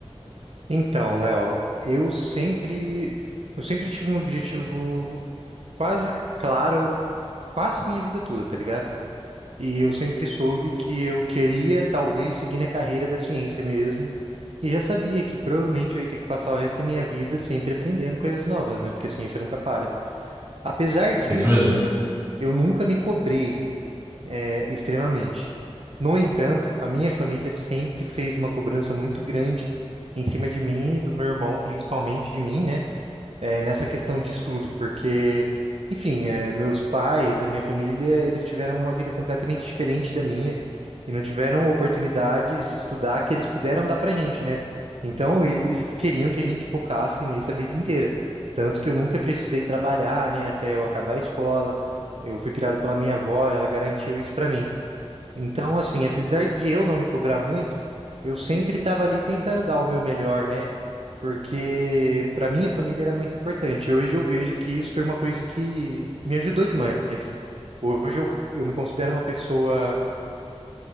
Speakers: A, on the right; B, on the right.
A: Então, Léo, eu sempre, eu sempre tive um objetivo quase claro, quase minha vida toda, tá ligado? E eu sempre soube que eu queria talvez seguir na carreira da ciência mesmo. E já sabia que provavelmente eu ia ter que passar o resto da minha vida sempre aprendendo coisas novas, né? Porque a ciência nunca para. Apesar disso,
B: É isso mesmo.
A: eu nunca me cobrei, é, extremamente. No entanto, a minha família sempre fez uma cobrança muito grande em cima de mim e do meu irmão, principalmente de mim, né? é, nessa questão de estudo, porque, enfim, é, meus pais, a minha família, eles tiveram uma vida completamente diferente da minha e não tiveram oportunidades de estudar que eles puderam dar pra gente, né? Então, eles queriam que a gente focasse nisso a vida inteira. Tanto que eu nunca precisei trabalhar, né, até eu acabar a escola. Eu fui criado pela minha avó, ela garantiu isso pra mim. Então, assim, apesar de eu não me cobrar muito, eu sempre estava ali tentando dar o meu melhor, né? porque para minha família era muito importante. Hoje eu vejo que isso foi uma coisa que me ajudou demais. Hoje eu, eu me considero uma pessoa